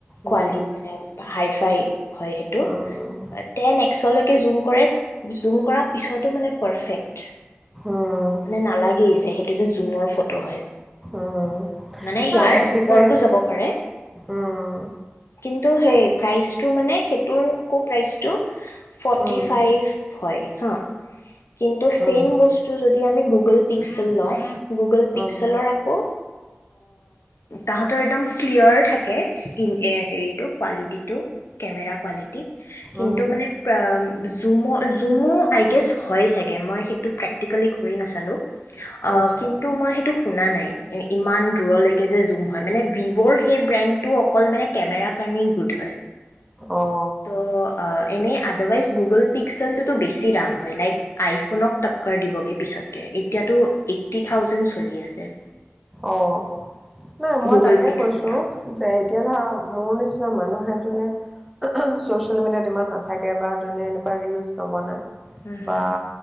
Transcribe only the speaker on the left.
কোৱালি মানে। হাই ফাই হয় সেইটো
তেন এক্সলৈকে জুম কৰে জুম কৰাৰ পিছটো মানে পাৰফেক্ট
মানে নালাগে যে সেইটো জুমৰ ফটো ত হয়।
মান ইয়াৰ
ওপৰতো যাব পাৰে
কিন্তু সেই
প্ৰাইজ টো মানে সেইটোৰ আকৌ প্ৰাইচটো ফৰ্টি
ফাইভ হয় হা কিন্তু ছেইম
বস্তু যদি আমি গুগল পিক্সেল লওঁ গুগল পিক্সেলৰ
আকৌ তাহাঁতৰ একদম ক্লিয়াৰ থাকে হেৰিটো কোৱালিটিটো কেমেৰা কোৱালিটি কিন্তু
মানে জুমো-জুমো আই গেছ হয় চাগে মই সেইটো প্ৰেক্টিকেলি কৰি নাচালোঁ। অ
কিন্তু মই সেই শুনা নাই ইমান দূৰৰ লৈকে যে জুম হয় মানে ভিভৰ সেই ব্ৰেণ্ডটো অকল মানে কেমেৰা কাৰনেই গুড হয়।
ত' এনেই আডাৰৱাইজ গুগল পিক্সেলটোতো বেছি দাম হয় লাইক আইফোনক টক্কৰ দিবগে পিছতকে এতিয়াতো এইটি থাউজেণ্ড চলি আছে।
গুগল
পিক্সেলৰ
হুম হুম
হুম